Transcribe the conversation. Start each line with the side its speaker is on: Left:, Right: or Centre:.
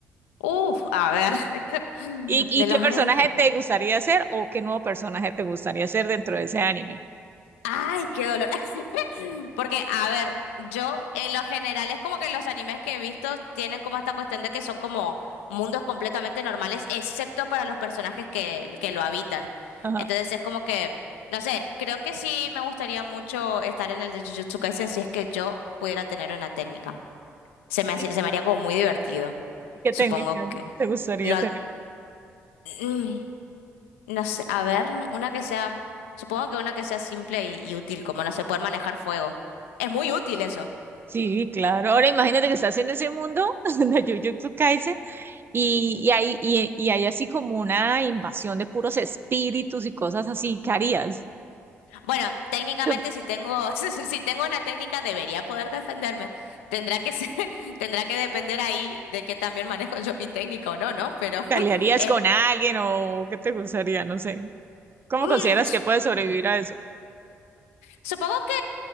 Left: Uf, a ver, <laughs>
Right: ¿Y, y
Left: de
Right: qué
Left: los
Right: personaje
Left: animes.
Right: te gustaría ser o qué nuevo personaje te gustaría ser dentro de ese anime?
Left: Ay, qué dolor. Porque, a ver, yo en lo general es como que los animes que he visto tienen como esta cuestión de que son como mundos completamente normales, excepto para los personajes que, que lo habitan.
Right: Ajá,
Left: Entonces es como que, no sé, creo que sí me gustaría mucho estar en el de Jujutsu Kaisen si es que yo pudiera tener una técnica. Se
Right: sí,
Left: me hace- se me haría como muy divertido.
Right: ¿y qué
Left: Supongo
Right: técnica
Left: que...
Right: te gustaría
Left: No,
Right: tener?
Left: mm, no sé, a ver, una que sea... Supongo que una que sea simple y y útil, como no sé, poder manejar fuego. Es muy útil eso.
Right: Sí, claro, ahora imagínate que estás en ese mundo <laughs> de Jujutsu Kaisen Y, y, hay, y, y hay así como una invasión de puros espíritus y cosas así. ¿Qué harías?
Left: Bueno, técnicamente
Right: ¿Te
Left: si tengo, <laughs> si tengo una técnica debería poder defenderme. Tendrá que ser- <laughs> tendrá que depender ahí de que también manejo yo mi técnica o no, ¿no? Pero
Right: pelearías
Left: <laughs> eh,
Right: con alguien o qué te gustaría? No sé. ¿Cómo
Left: mm,
Right: consideras
Left: s-
Right: que puedes sobrevivir a eso?
Left: supongo que,